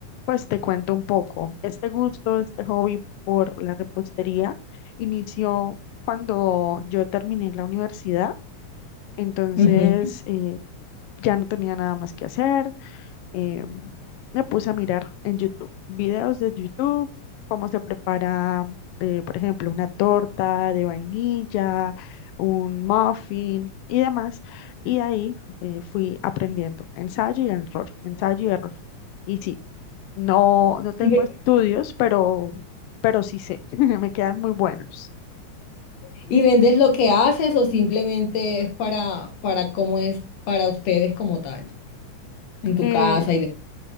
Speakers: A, on the left (about 80°); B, on the left (about 65°).
A: pues te cuento un poco. Este gusto, este hobby por la repostería inició cuando yo terminé la universidad, entonces
B: Ujú.
A: eh, ya no tenía nada más que hacer. eh, me puse a mirar en YouTube, videos de YouTube, cómo se prepara, eh, por ejemplo, una torta de vainilla, un muffin y demás. Y ahí eh, fui aprendiendo, ensayo y error, ensayo y error. Y sí, no, no tengo
B: ¿Y, ve-
A: estudios, pero, pero sí sé, <laughs> me quedan muy buenos.
B: y vendes lo que haces o simplemente es para, para cómo es para ustedes como tal, en tu
A: Eh,
B: casa y